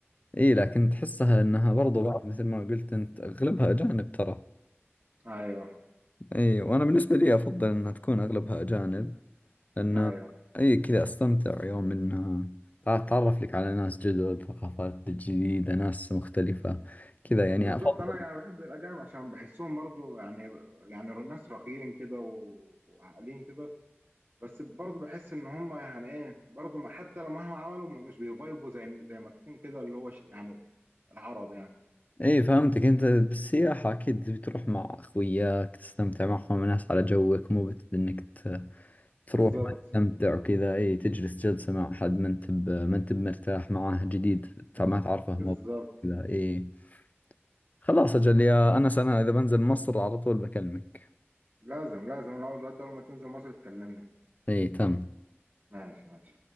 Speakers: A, on the left; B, on the right.
A: ايه لكن تحسها انها برضو بعض مثل ما قلت انت اغلبها اجانب ترى
B: ايوه
A: ايه وانا بالنسبة لي افضل انها تكون اغلبها اجانب لانه
B: ايوه
A: ايه كذا استمتع يوم انها تع- تعرف لك على ناس جدد ثقافات جديدة ناس مختلفة كذا يعني
B: بالظبط
A: افضل
B: انا يعني بحب الاجانب عشان بحسهم برضو يعني يعني ناس راقيين كده و- وعاقلين كده بس برضو بحس ان هم يعني ايه برضو ما- حتى لو مهما عملوا ما- مش بيفايبوا زي زي ما تكون كده اللي هو ش- يعني العرب يعني
A: ايه فهمتك انت بالسياحة اكيد تبي تروح مع اخوياك تستمتع معهم ناس على جوك مو بت انك ت- تروح
B: بالظبط
A: ما تستمتع وكذا ايه تجلس جلسة مع حد ما انت ب- ما انت مرتاح معاه جديد تع- ما تعرفه
B: بالظبط
A: مو كذا ايه خلاص اجل يا انس انا اذا بنزل مصر على طول بكلمك
B: لازم لازم انا اول دلوقتي اول ما تنزل مصر تكلمني
A: ايه تم
B: ماشي ماشي